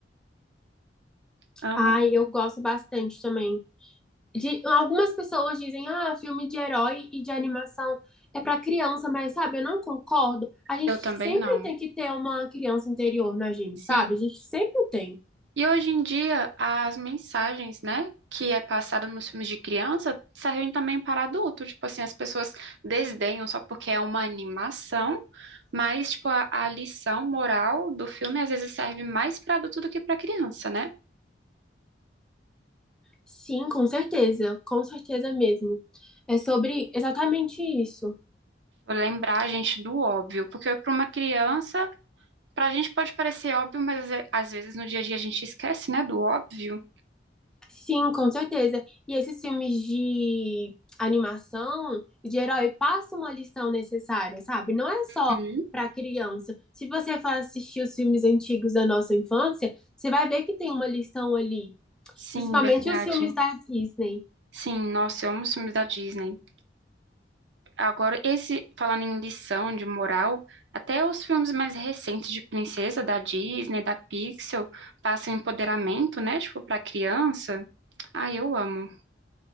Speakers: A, on the right; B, in the centre.
A: Amo.
B: Ai, eu gosto bastante também. De, algumas pessoas dizem, ah, filme de herói e de animação é pra criança, mas sabe, eu não concordo. A gente
A: Eu também
B: sempre
A: não.
B: tem que ter uma criança interior na gente,
A: Sim.
B: sabe? A gente sempre tem.
A: E hoje em dia, as mensagens, né, que é passada nos filmes de criança, servem também para adulto. Tipo assim, as pessoas desdenham só porque é uma animação, mas, tipo, a, a lição moral do filme às vezes serve mais para adulto do que para criança, né?
B: Sim, com certeza, com certeza mesmo. É sobre exatamente isso.
A: Pra Lembrar a gente do óbvio, porque para uma criança, para a gente pode parecer óbvio, mas é- às vezes no dia a dia a gente esquece, né, do óbvio.
B: Sim, com certeza. E esses filmes de animação, de herói, passam uma lição necessária, sabe? Não é só
A: Uhum.
B: para criança. Se você for assistir os filmes antigos da nossa infância, você vai ver que tem uma lição ali.
A: Sim,
B: Principalmente
A: verdade.
B: os filmes da Disney.
A: Sim, nossa, eu amo os filmes da Disney. Agora, esse, falando em lição de moral, até os filmes mais recentes de princesa, da Disney, da Pixel, passam empoderamento, né? Tipo, pra criança. Ah, eu amo.